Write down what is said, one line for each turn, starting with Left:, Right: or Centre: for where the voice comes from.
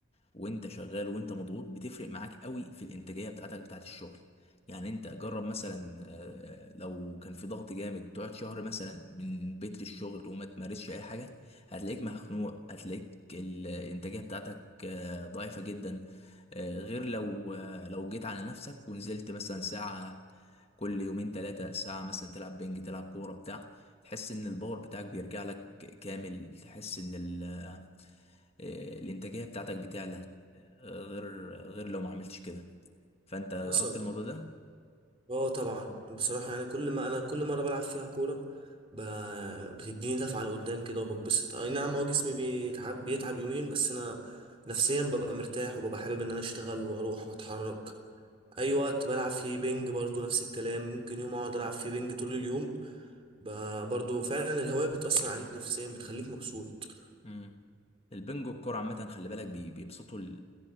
Left: وانت شغال وانت مضغوط بتفرق معاك قوي في الانتاجيه بتاعتك بتاعت الشغل يعني انت جرب مثلا آه، آه، لو كان في ضغط جامد تقعد شهر مثلا من البيت للشغل وما تمارسش اي حاجه هتلاقيك مخنوق هتلاقيك الانتاجيه بتاعتك آه، ضعيفه جدا آه، غير لو آه، لو جيت على نفسك ونزلت مثلا ساعه كل يومين ثلاثه ساعه مثلا تلعب بنج تلعب كوره بتاع تحس ان الباور بتاعك بيرجع لك كامل تحس ان ال آه، آه، الانتاجيه بتاعتك بتعلى آه، غير غير لو ما عملتش كده فانت جربت
Right: حصل
Left: الموضوع ده
Right: اه طبعا بصراحة يعني كل ما انا كل مرة بلعب فيها كورة ب... بتديني دفعة لقدام كده وبتبسط اي نعم اه جسمي بيتعب بيتعب يومين بس انا نفسيا ببقى مرتاح وببقى حابب ان انا اشتغل واروح واتحرك اي وقت بلعب فيه بينج برضو نفس الكلام ممكن يوم اقعد العب فيه بينج طول اليوم ب- برضو فعلا الهواية بتأثر عليك نفسيا بتخليك مبسوط
Left: امم البنجو الكوره عامه خلي بالك بي- بيبسطوا ال...